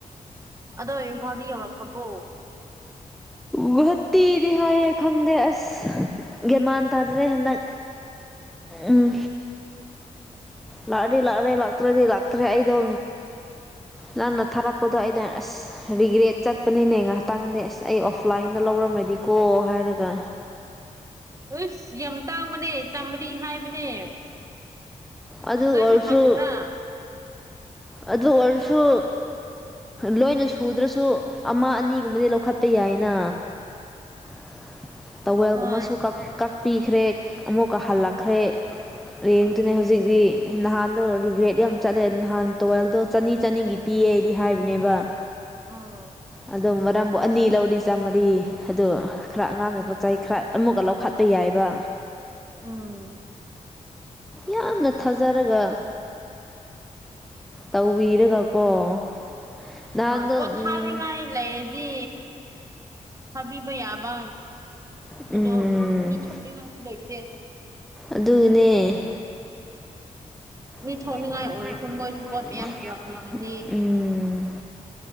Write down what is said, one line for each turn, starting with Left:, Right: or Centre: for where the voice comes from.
Right: ꯑꯗꯣ ꯏꯝꯐꯥꯜꯗꯤ ꯌꯧꯔꯛꯄꯕꯣ
Centre: ꯒꯨꯍꯥꯇꯤꯗꯤ ꯍꯥꯏꯌꯦ ꯈꯪꯗꯦ ꯑꯁ ꯒꯦꯃꯥꯟ ꯇꯥꯗ꯭ꯔꯦ ꯍꯟꯗꯛ ꯎꯝ ꯂꯥꯛꯑꯗꯤ ꯂꯥꯛꯔꯦ ꯂꯥꯛꯇ꯭ꯔꯦꯗꯤ ꯂꯥꯛꯇꯔꯦ ꯑꯩꯗꯣ ꯅꯪꯅ ꯊꯥꯔꯛꯄꯗꯣ ꯑꯩꯅ ꯑꯁ ꯔꯤꯒ꯭ꯔꯦꯠ ꯆꯠꯄꯅꯤꯅꯦ ꯉꯥꯏꯍꯥꯛꯇꯪꯗꯤ ꯑꯁ ꯑꯩ ꯑꯣꯐꯂꯥꯏꯟꯗ ꯂꯧꯔꯝꯂꯗꯤꯀꯣ ꯍꯥꯏꯔꯒ
Right: ꯑꯁ ꯌꯥꯝ ꯇꯥꯡꯕꯅꯦ ꯆꯥꯝꯃꯔꯤ ꯍꯥꯏꯕꯅꯦ
Centre: ꯑꯗꯨ
Right: ꯅꯣꯏꯁꯨ
Centre: ꯑꯣꯏꯔꯁꯨ
Right: ꯍꯪꯕ꯭ꯔꯥ
Centre: ꯑꯗꯨ ꯑꯣꯏꯔꯁꯨ ꯂꯣꯏꯅ ꯁꯨꯗ꯭ꯔꯁꯨ ꯑꯃ ꯑꯅꯤꯒꯨꯝꯕꯗꯤ ꯂꯧꯈꯠꯄ ꯌꯥꯏꯅ <inaudible> ꯇꯋꯦꯜꯒꯨꯝꯕꯁꯨ
Right: ꯍꯣꯏ
Centre: ꯀꯛꯄꯤꯈ꯭ꯔꯦ ꯑꯃꯨꯛꯀ ꯍꯜꯂꯛꯈ꯭ꯔꯦ ꯔꯦꯟꯠ ꯇꯥꯅꯦ ꯍꯧꯖꯤꯛ ꯗꯤ ꯅꯍꯥꯟꯗꯣ ꯔꯤꯒ꯭ꯔꯦꯠ ꯌꯥꯝ ꯆꯠꯂꯦ ꯅꯍꯥꯟ ꯇꯣꯋꯦꯜꯗꯣ ꯆꯅꯤ ꯆꯅꯤꯒꯤ ꯄꯤꯌꯦ ꯑꯩꯗꯤ ꯍꯥꯏꯕꯅꯦꯕ <inaudible>
Right: ꯑꯣ
Centre: ꯑꯣ ꯃꯔꯝꯕꯨ ꯑꯅꯤ ꯂꯧꯔꯤ ꯆꯥꯝꯃꯔꯤ ꯑꯗꯣ ꯈꯔ ꯑꯉꯥꯡꯒꯤ ꯄꯣꯠꯆ ꯆꯩ ꯈꯔ ꯑꯃꯨꯛꯀ ꯂꯧꯈꯥꯠꯄꯥ ꯌꯥꯏꯕ
Right: ꯑꯥ
Centre: ꯌꯥꯝꯅ ꯊꯥꯖꯔꯒ ꯇꯧꯕꯤꯔꯒꯀꯣ ꯅꯍꯥꯟꯗꯣ
Right: ꯍꯣꯏ ꯄꯣꯠ
Centre: ꯎꯝ
Right: ꯊꯥꯅꯤꯡꯉꯥꯏ ꯂꯩꯔꯗꯤ ꯐꯥꯕꯤꯕ ꯌꯥꯕ
Centre: ꯎꯝ
Right: ꯑꯗꯣ ꯃꯤ ꯊꯣꯛꯔꯤꯉꯥꯏꯁꯨ ꯂꯩꯇꯦ
Centre: ꯑꯗꯨꯒꯤꯅꯦ
Right: ꯃꯤ
Centre: <unintelligible>
Right: ꯊꯣꯛꯅꯤꯡꯉꯥꯏ ꯑꯣꯏꯔꯁꯨ ꯃꯣꯏꯁꯨ ꯄꯣꯠ ꯃꯌꯥꯝ ꯄꯨꯔꯛꯅꯤꯡꯉꯤꯅꯤ
Centre: ꯎꯝ